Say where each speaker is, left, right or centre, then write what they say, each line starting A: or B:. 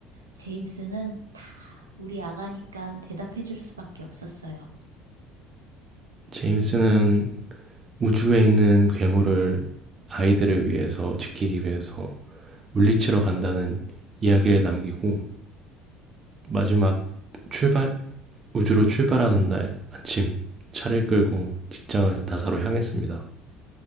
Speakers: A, on the right; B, on the right.
A: 제임스는 다 우리 아가니까 대답해 줄 수밖에 없었어요.
B: 제임스는 우주에 있는 괴물을 아이들을 위해서 지키기 위해서 물리치러 간다는 이야기를 남기고 마지막 출발 우주로 출발하는 날 아침 차를 끌고 직장을 나사로 향했습니다.